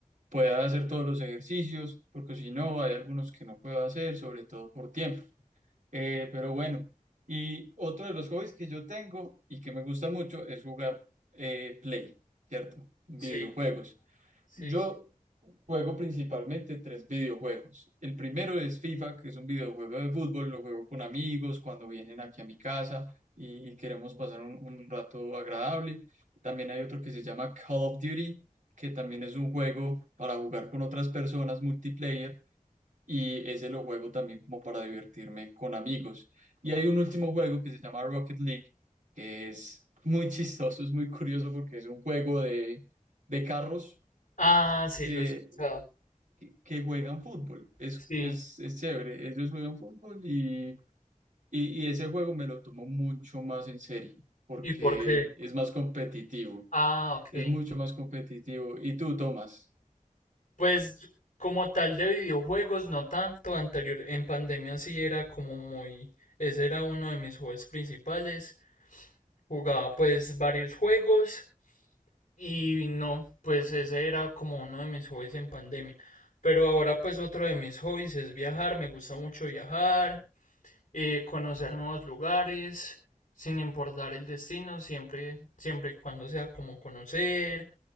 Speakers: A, on the right; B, on the left.
A: pueda hacer todos los ejercicios, porque si no, hay algunos que no puedo hacer, sobre todo por tiempo. Eh, pero bueno, y otro de los hobbies que yo tengo y que me gusta mucho es jugar eh, Play, ¿cierto? Videojuegos.
B: sí, sí.
A: Yo
B: sí.
A: juego principalmente tres videojuegos. El primero es FIFA, que es un videojuego de fútbol, lo juego con amigos cuando vienen aquí a mi casa y, y queremos pasar un, un rato agradable. También hay otro que se llama Call of Duty, que también es un juego para jugar con otras personas, multiplayer, y ese lo juego también como para divertirme con amigos. Y hay un último juego que se llama Rocket League, que es muy chistoso, es muy curioso porque es un juego de, de carros
B: Ah, sí,
A: que
B: lo he escuchado.
A: que, que juegan fútbol. Es,
B: Sí.
A: es, es chévere, ellos juegan fútbol y, y, y ese juego me lo tomo mucho más en serio porque
B: ¿Y por qué?
A: es más competitivo,
B: Ah, ok.
A: es mucho más competitivo. Y tú, Tomás,
B: Pues como tal de videojuegos, no tanto. Anterior, en pandemia sí era como muy... Ese era uno de mis hobbies principales. Jugaba pues varios juegos. Y no, pues ese era como uno de mis hobbies en pandemia. Pero ahora pues otro de mis hobbies es viajar, me gusta mucho viajar, eh, conocer nuevos lugares, sin importar el destino, siempre, siempre y cuando sea como conocer,